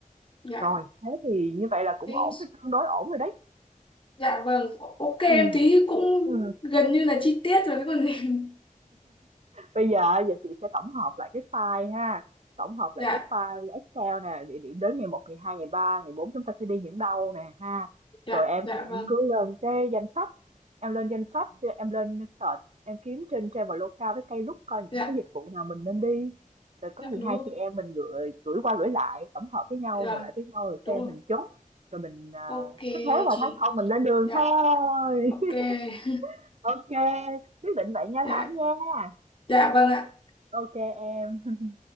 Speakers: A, on the left; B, on the right.
A: dạ
B: Rồi, thế thì như vậy là cũng
A: thế
B: ổn rồi, tương đối ổn rồi đấy.
A: dạ vâng ok em
B: ừ
A: thấy cũng
B: ừ
A: gần như là chi tiết rồi cái còn gì <laughs>
B: Bây giờ giờ chị sẽ tổng hợp lại cái file ha, tổng hợp lại
A: dạ
B: cái file Excel nè, địa điểm đến ngày một ngày hai ngày ba ngày 4 chúng ta sẽ đi những đâu nè ha.
A: dạ
B: Rồi em
A: dạ
B: thì em
A: vâng
B: cứ lên cái danh sách, em lên danh sách, em lên search, em kiếm trên Traveloka với cây Klook coi những
A: dạ
B: cái dịch vụ nào mình nên đi. Rồi có
A: dạ
B: gì
A: đúng
B: hai
A: rồi
B: chị em mình gửi gửi qua gửi lại, tổng hợp với nhau,
A: dạ
B: ngồi lại với nhau rồi
A: đúng
B: xem
A: rồi
B: mình chốt. Rồi mình à,
A: ok
B: cứ thế vào
A: chị
B: tháng sau mình lên đường
A: dạ
B: thôi.
A: ok
B: <laughs>
A: <laughs>
B: Ok, quyết định vậy nha
A: dạ
B: Thảo nha.
A: dạ vâng ạ
B: Ok em.